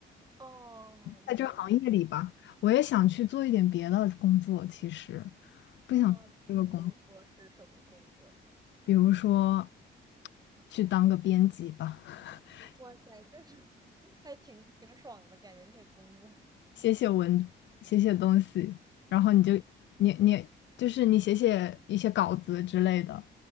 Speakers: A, on the right (about 20°); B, on the left (about 65°).
A: 哦，明白。
B: 在这个行业里吧，我也想去做一点别的工作，其实不想这个工，
A: 啊，比如说是什么工作呢？
B: 比如说去当个编辑吧，<laughs>
A: 哇塞，这是 <laughs> 还挺挺爽的感觉，这些工作
B: 写写文，写写东西，然后你就你你就是你写写一些稿子之类的，
A: 啊，